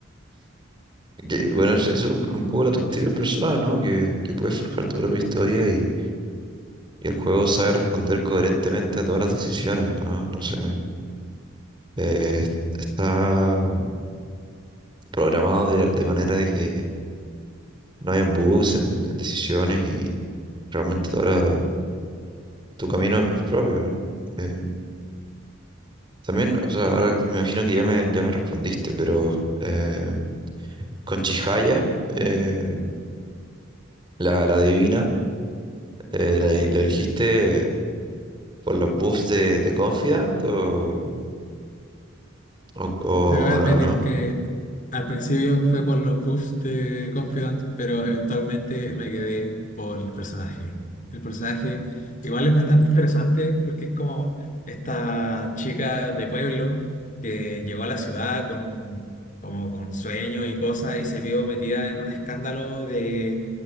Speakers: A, on the right; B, on the left.
A: Que, Bueno, eso es un, un poco la atractiva de la persona, ¿no? Que, que puedes forjar tu propia historia y, y el juego sabe responder coherentemente a todas las decisiones, ¿no? No sé. eh, está programado de, de manera de que no hayan bugs en, en decisiones y realmente toda tu camino es propio, ¿no? Eh, También, o sea, ahora me imagino que ya me, ya me respondiste, pero eh, con Chihaya, eh, la, la divina, eh, ¿la, e-, la elegiste por los buffs de, de Confidant o, o, o
B: Te voy a admitir
A: no, o no?
B: que al principio fue por los buffs de Confidant, pero eventualmente me quedé por el personaje. El personaje igual es bastante interesante porque es como esta chica de pueblo que llegó a la ciudad con, como con sueños y cosas y se vio metida en un escándalo de